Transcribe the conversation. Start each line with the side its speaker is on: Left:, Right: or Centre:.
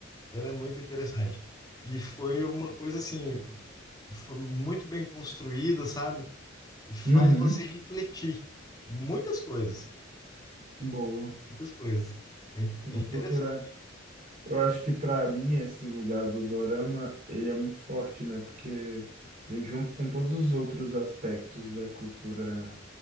Left: Ela é muito interessante. E foi uma coisa assim, foi muito bem construída, sabe? e faz
Right: Uhum,
Left: você refletir muitas coisas,
Right: boa.
Left: muitas coisas. É, in-
Right: Vou
Left: é interessante.
Right: procurar. Eu acho que para mim esse lugar do dorama, ele é muito forte, né? Porque vem junto com todos os outros aspectos da cultura